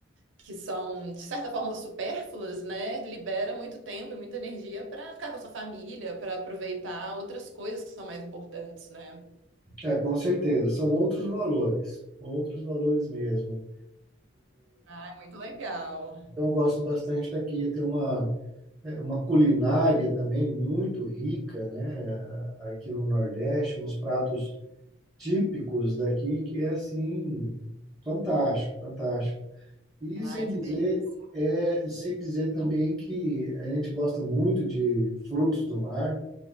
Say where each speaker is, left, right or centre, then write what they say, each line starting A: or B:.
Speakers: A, on the right (about 70°); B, on the right (about 20°).
A: que são, de certa forma, supérfluas, né? Libera muito tempo e muita energia para ficar com a sua família, para aproveitar outras coisas que são mais importantes, né?
B: É, com certeza. São outros valores, outros valores mesmo.
A: Ah, é muito legal.
B: Então, eu gosto bastante daqui. Tem uma, é, uma culinária também muito rica, né? a- Aqui no Nordeste, uns pratos típicos daqui que é assim. Fantástico, fantástico. E
A: Ai,
B: sem
A: que
B: dizer,
A: delícia.
B: é, sem dizer também que a gente gosta muito de frutos do mar,